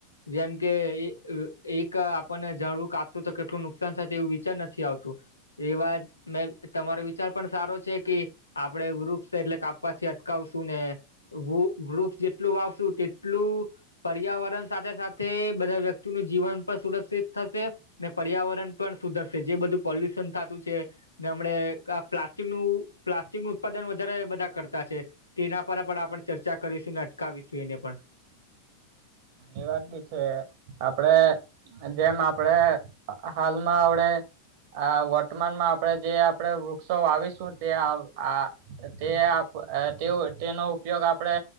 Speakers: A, on the left; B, on the right.
A: જેમ કે એક આપણને ઝાડવુ કાપ્યુ તો કેટલું નુકસાન થાય એવું વિચાર નથી આવતું. એવા જ મેં તમારો વિચાર પણ સારો છે કે આપડે વૃક્ષ એટલે કાપવાથી અટકાવશું ને વુ વૃક્ષ જેટલું વાવશું તેટલું પર્યાવરણ સાથે સાથે બધા વ્યક્તિનું જીવન પણ સુરક્ષિત થશે ને પર્યાવરણ પણ સુધરશે. જે બધું પોલ્યુશન થાતું છે. ને હમણે કા પ્લાસ્ટિક નું પ્લાસ્ટિક નું ઉત્પાદન વધારે બધા કરતા છે. તેના પર પણ આપણે ચર્ચા કરીશું, અને અટકાવીશું એને પણ.
B: એ વાત બી છે. આપણે અન જેમ આપણે હાલમાં આવડે આ વર્તમાનમાં આપણેે જે આપણેે વૃક્ષો વાવીશું તે આવ આ તે આપ તેઓ તેનો ઉપયોગ આપણે